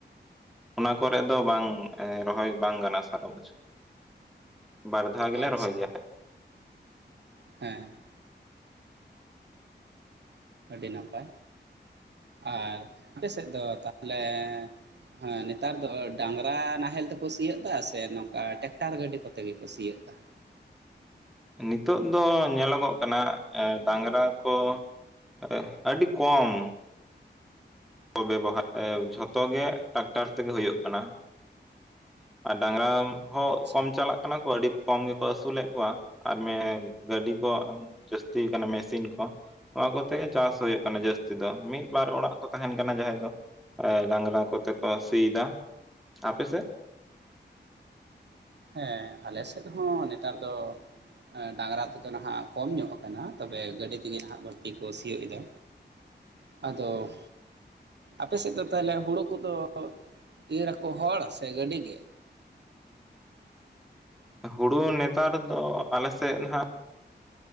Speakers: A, in the centre; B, on the right (about 70°).
A: ᱚᱱᱟ ᱠᱚᱨᱮ ᱫᱚ ᱵᱟᱝ ᱮ ᱨᱚᱦᱚᱭ ᱵᱟᱝ ᱜᱟᱱᱚᱜᱟ ᱥᱟᱨᱟ ᱵᱚᱪᱷᱚᱨ᱾ ᱵᱟᱨ ᱫᱷᱟᱣ ᱜᱮᱞᱮ
B: ᱟᱪᱪᱷᱟ,
A: ᱨᱚᱦᱚᱭ ᱜᱮᱭᱟ
B: ᱦᱮᱸ᱾ ᱟᱹᱰᱤ ᱱᱟᱯᱟᱭ, ᱟᱨ ᱟᱯᱮ ᱥᱮᱫ ᱫᱚ ᱛᱟᱦᱚᱞᱮ ᱦᱮᱸ ᱱᱮᱛᱟᱨ ᱫᱚ ᱰᱟᱝᱨᱟ ᱱᱟᱦᱮᱞ ᱛᱮᱠᱚ ᱥᱤᱭᱮ ᱫᱟ, ᱥᱮ ᱱᱚᱝᱠᱟ ᱴᱮᱠᱴᱟᱨ ᱜᱟᱹᱰᱤ ᱠᱚᱛᱮ ᱜᱮᱠᱚ ᱥᱤᱭᱮ ᱫᱟ?
A: ᱱᱤᱛᱚᱜ ᱫᱚ ᱧᱮᱞᱚᱜᱚᱜ ᱠᱟᱱᱟ ᱮ ᱰᱟᱝᱨᱟ ᱠᱚ ᱮ ᱟᱹᱰᱤ ᱠᱚᱢ᱾ ᱠᱚ ᱵᱮᱵᱚᱦᱟᱨ ᱮ ᱡᱷᱚᱛᱚ ᱜᱮ ᱴᱮᱠᱴᱟᱨ ᱛᱮᱜᱮ ᱦᱩᱭᱩᱜ ᱠᱟᱱᱟ᱾ ᱟᱨ ᱰᱟᱝᱨᱟ ᱦᱚᱸ
B: ᱟᱪᱪᱷᱟ
A: ᱠᱚᱢ ᱪᱟᱞᱟᱜ ᱠᱟᱱᱟ ᱠᱚ ᱟᱹᱰᱤ ᱠᱚᱢ ᱜᱮᱠᱚ ᱟᱹᱥᱩᱞᱮᱫ ᱠᱚᱣᱟ, ᱟᱨ ᱢᱮ ᱜᱟᱹᱰᱤ ᱠᱚ ᱡᱟᱹᱟᱥᱛᱤ ᱟᱠᱟᱱᱟ ᱢᱮᱥᱤᱱ ᱠᱚ᱾ ᱱᱚᱣᱟ ᱠᱚᱛᱮ ᱜᱮ ᱪᱟᱥ ᱦᱩᱭᱩᱜ ᱠᱟᱱᱟ ᱡᱟᱹᱥᱛᱤ ᱫᱚ ᱢᱤᱫ ᱵᱟᱨ ᱚᱲᱟᱜ ᱠᱚ ᱛᱟᱦᱮᱱ ᱠᱟᱱᱟ ᱡᱟᱦᱟᱸᱭ ᱫᱚ ᱮ ᱰᱟᱝᱨᱟ ᱠᱚᱛᱮ ᱠᱚ ᱥᱤ ᱮᱫᱟ᱾ ᱟᱯᱮ ᱥᱮᱫ?
B: ᱦᱮᱸ ᱟᱞᱮ ᱥᱮᱫ ᱦᱚᱸ ᱱᱮᱛᱟᱨ ᱫᱚ ᱮᱸ ᱰᱟᱝᱨᱟ ᱛᱮᱫᱚ ᱱᱟᱦᱟᱜ ᱠᱚᱢ ᱧᱚᱜ ᱟᱠᱟᱱᱟ ᱛᱚᱵᱮ ᱜᱟᱹᱰᱤ ᱛᱮᱜᱮ ᱱᱟᱦᱟᱜ ᱵᱟᱹᱲᱛᱤ ᱠᱚ ᱥᱤᱭᱚᱜ ᱮᱫᱟ᱾ ᱟᱫᱚ ᱟᱯᱮ ᱥᱮᱫ ᱫᱚ ᱛᱟᱦᱚᱞᱮ ᱦᱩᱲᱩ ᱠᱚᱫᱚ ᱤᱨ ᱟᱠᱚ ᱦᱚᱲ ᱥᱮ ᱜᱟᱹᱰᱤ ᱜᱮ?
A: ᱦᱩᱲᱩ ᱱᱮᱛᱟᱨ ᱫᱚ ᱟᱞᱮ ᱥᱮᱫ ᱱᱟᱷᱟᱜ